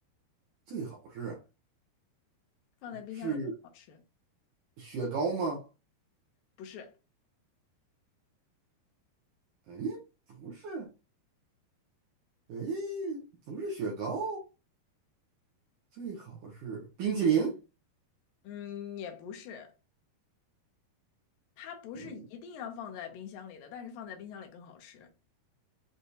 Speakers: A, on the right; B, on the left.
A: 最好是
B: 放在冰箱里更好吃，
A: 是雪糕吗？
B: 不是，
A: 哎，不是，哎，不是雪糕。最好是冰淇淋，
B: 嗯，也不是，它不是一定要放在冰箱里的，
A: 嗯，
B: 但是放在冰箱里更好吃，